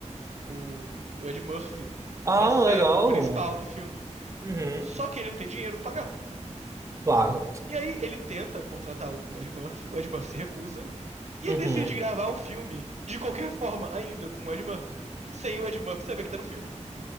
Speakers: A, on the right; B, on the right.
A: o, o Ed Murphy
B: Ah,
A: pra ser
B: legal.
A: o principal do filme.
B: Uhum,
A: Só que ele não tem dinheiro pra pagar.
B: claro.
A: E aí ele tenta contratar o Ed Murphy, o Ed Murphy se recusa, e
B: Uhum.
A: ele decide gravar o filme de qualquer <laughs> forma, ainda com o Ed Murphy. Sem o Ed Murphy saber que tá no filme.